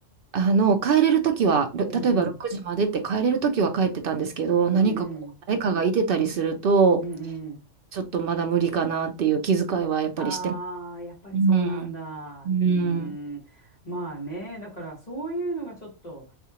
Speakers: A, on the right (about 60°); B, on the left (about 35°).
A: あの、帰れるときは、ろ例えば6時までって帰れるときは帰ってたんですけど、
B: うんうん。
A: 何かこう、
B: うんうん。
A: 誰かがいてたりすると、
B: うんうん。
A: ちょっとまだ無理かなっていう気遣いはやっぱりしてます。
B: ああ、やっぱりそうなんだ。
A: うん、うん、
B: うーん。まあね、だからそういうのがちょっと、